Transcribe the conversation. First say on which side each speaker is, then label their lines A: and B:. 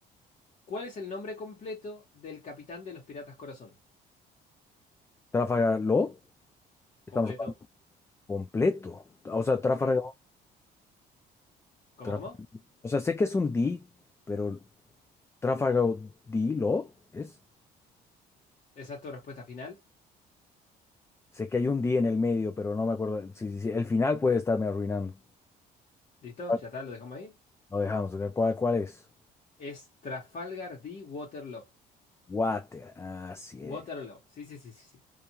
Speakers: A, on the left; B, on the left.
A: ¿Cuál es el nombre completo del capitán de los Piratas Corazón?
B: Trafalgar Law, estamos
A: Completo,
B: hablando completo. O sea, Trafalgar,
A: sí. ¿Cómo,
B: Traf-
A: cómo?
B: o sea, sé que es un D, pero Trafalgar D Law es.
A: Esa es tu respuesta final.
B: Sé que hay un D en el medio, pero no me acuerdo. Sí, sí, sí, El final puede estarme arruinando.
A: ¿Listo?
B: ¿Cuál?
A: Ya está, lo dejamos ahí.
B: Lo dejamos. ¿Cuál, cuál es?
A: Es Trafalgar de Waterloo.
B: Water. Así
A: Waterloo.
B: es.
A: Sí, sí, sí, sí, sí.